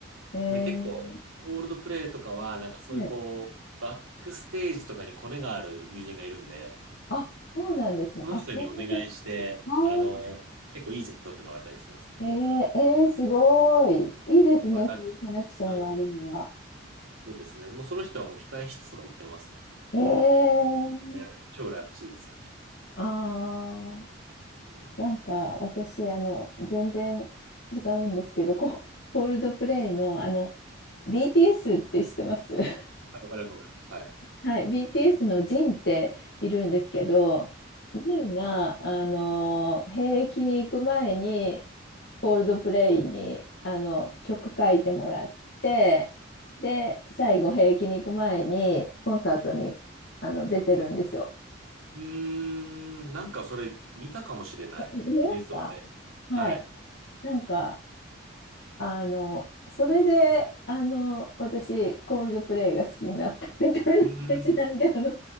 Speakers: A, on the left (about 50°); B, on the right (about 80°).
A: えー、
B: で、結構、コールドプレイとかは、なんかそういうこう、
A: はい
B: バックステージとかにコネがある友人がいるんで、
A: あ、そうなんですね。
B: その人にお願いして、
A: あ、そうなんですあ
B: あの、結構いい席取ってもらったりしてますね。
A: ー、ええええすごい。いいですね、
B: わかっ
A: そういうコネクションがあるのは。
B: うん、そうですね。もうその人はもう控え室とか行ってますね。
A: ええ。
B: ね、超羨ましいですよね。
A: ああー。
B: うん。
A: なんか私、あの、全然違うんですけど、コール、コールドプレイの、あの、BTS って知ってます <laughs>
B: あわかります、わかります。はい。
A: はい、BTS のジンっているんですけど、ジンが、あの、兵役に行く前に、コールドプレイに、あの、曲書いてもらって、で、最後、兵役に行く前に、コンサートに、あの、出てるんですよ。
B: うーん、なんかそれ見たかもしれない。
A: え見ました
B: 映像で。
A: はい。
B: はい。う
A: なんか、あの、それで、あの、私、コールドプレイが好きになったみたいな感じなんで、
B: ーん。
A: あの、